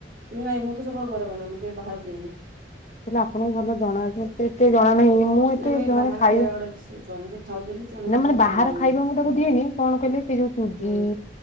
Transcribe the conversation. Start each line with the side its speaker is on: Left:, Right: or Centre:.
Right: ନାଇଁ ମୁଁ ତ ସବୁବେଳେ ଘରେ ବନାଏ। ଇଏ ବାହାରୁ ଦିଏନି।
Left: ହେଲେ ଆପଣଙ୍କୁ ଭଲ ଜଣା ମତେ ଏତେ ଜଣା ନାହିଁ ମୁଁ ଏତେ
Right: ଆମେ ବାହାର
Left: ଖାଇବା
Right: ଗୁଡା ବେଶୀ ବନାଏ ସେ ଖାଉଛନ୍ତି ସେଗୁଡା ମୁଁ
Left: ନା ମାନେ
Right: ସେଥିପାଇଁ
Left: ବାହାର
Right: ବନାଏ
Left: ଖାଇବା ମୁଁ ତାକୁ ଦିଏନି। କଣ କହିଲେ ସେ ଯୋଉ ହଁ ସୁଜି,
Right: ହୁଁ।